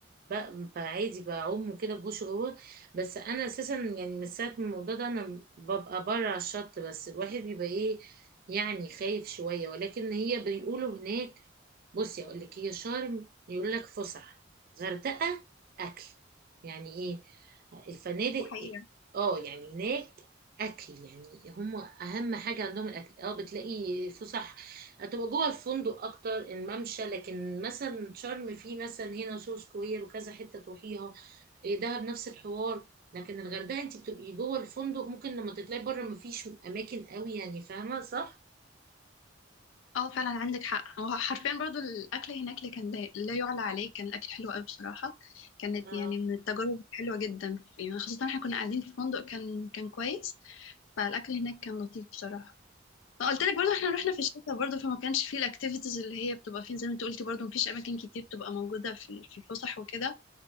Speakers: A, on the right; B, on the left.
A: ب- ب- عادي بعوم وكده بخش جوه بس انا اساسا يعني من ساعه ما الموضوع ده انا ببقى بره على الشط بس الواحد بيبقى ايه يعني خايف شويه ولكن هي بيقولوا هناك بصي اقول لك هي شرم يقول لك فسح غردقه اكل يعني ايه الفنادق
B: ده حقيقة
A: اه يعني هناك اكل يعني هم اهم حاجه عندهم الاكل اه بتلاقي فسح هتبقى جوه الفندق اكتر الممشى لكن مثلا شرم فيه مثلا هنا سو سكوير وكذا حته تروحيها إيه دهب نفس الحوار لكن الغردقه انت بتبقي جوه الفندق ممكن لما تطلعي بره مفيش اماكن قوي يعني فاهمه صح
B: اه فعلا عندك حق هو حرفيا برضو الاكل هناك اللي كان لا لا يعلى عليه كان الاكل حلو قوي بصراحة كانت
A: اه
B: يعني من التجارب حلوة جدا يعني خاصة احنا كنا قاعدين في فندق كان كان كويس فالاكل هناك كان لطيف بصراحه قلت لك برضه احنا رحنا في الشتاء برضه فما كانش فيه الاكتيفيتيز اللي هي بتبقى فين زي ما انت قلتي برضه مفيش اماكن كتير بتبقى موجوده في ال- في الفسح وكده